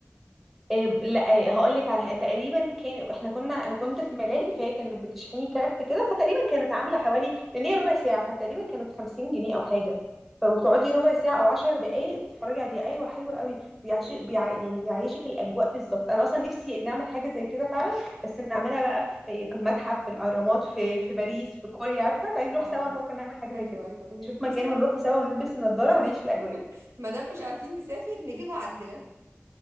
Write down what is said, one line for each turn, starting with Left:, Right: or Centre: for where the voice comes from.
Centre: إيه لا هقول لك على تقريبا كان احنا كنا انا كنت في ملاهي فهي كانت بتشحني كارت كده فتقريبا كانت عامله حوالي لان هي ربع ساعه فتقريبا كانت 50 جنيه او حاجه فبتقعدي
Right: طب والله دي لطيفة
Centre: ربع ساعه او 10 دقائق تتفرجي عليه ايوه حلو قوي بيعيش
Right: دي لطيفه
Centre: بيع...
Right: جدا
Centre: يعني بيعيشك الاجواء بالظبط انا اصلا نفسي نعمل حاجه زي كده فعلا بس نعملها بقى في في المتحف في الاهرامات في في باريس في كوريا عارفه تعالي نروح
Right: اه
Centre: سوا نفكر نعمل حاجه
Right: ايوه
Centre: زي كده
Right: ايوه يعني
Centre: نشوف
Right: نفسنا
Centre: مكان ونروحوا سوا ونلبس النضاره
Right: <laughs>
Centre: ونعيش الاجواء
Right: ما دام مش عارفين نسافر نجيبها عندنا